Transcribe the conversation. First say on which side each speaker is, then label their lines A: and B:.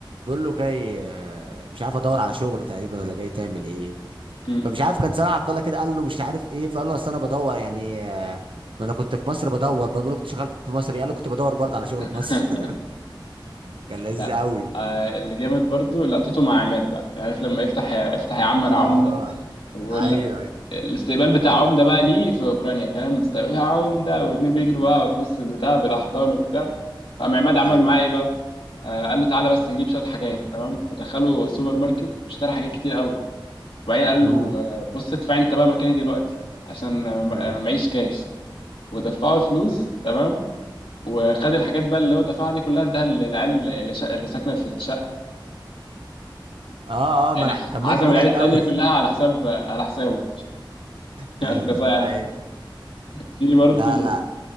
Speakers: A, on the right; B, on the left.
A: بيقول له جاي آه، مش عارف ادور على شغل تقريبا ولا جاي تعمل ايه
B: مم.
A: فمش عارف كان صلاح عبد الله كده قال له مش عارف ايه فقال له اصل انا بدور يعني آه، ما انا كنت في مصر بدور بقول له كنت شغال في مصر إيه؟ قال له كنت بدور برضه على شغل في
B: <laughs>
A: مصر <laughs> كان لذيذ
B: لا
A: قوي
B: آه اللي جامد برضو لقطته مع عماد بقى يعني عارف لما يفتح يا افتح يا عم
A: اه
B: انا عمده وبقول
A: ايوه
B: لك الاستقبال بتاع
A: ايوه
B: عمده بقى ليه في اوكرانيا فاهم استقبال يا عمده واتنين بيجروا بقى في نص البتاع بالاحضان وبتاع قام عماد عمل
A: ايوه
B: معاه ايه بقى آه، قال له تعالى بس نجيب شويه حاجات تمام ودخله سوبر ماركت واشترى حاجات كتير قوي وبعدين قال
A: امم
B: له آه، بص ادفع انت بقى مكاني دلوقتي عشان آه، ما-
A: امم
B: معيش كاش ودفعه فلوس تمام وخد الحاجات بقى اللي هو دفعها دي كلها اداها للعيال اللي, شا... اللي ساكنه في الشقه
A: اه اه ما
B: يعني
A: أنا- كان
B: عزم
A: موقف مضحك
B: العيال التانيه
A: قوي
B: كلها على حساب على حسابه
A: <laughs>
B: <laughs> اركزها يعني
A: ايوه
B: في برضه
A: لا لا